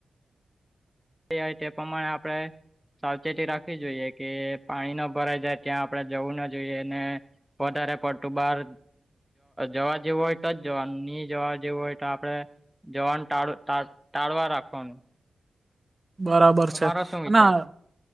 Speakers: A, in the centre; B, on the right.
A: તે આઇ તે પ્રમાણે આપણે... સાવચેતી રાખવી જોઈએ કે પાણી ન ભરાઈ જાય ત્યાં આપડે જવું ના જોઈએ અને, વધારે પડતું બાર, જવા જેવું હોય તો જ નહી જવા જેવું હોય તો આપડે, જવાનું ટા ટાળ ટાળવા રાખવાનું.
B: બરાબર
A: તમારો
B: છે,
A: શું
B: અને...
A: વિચાર છે?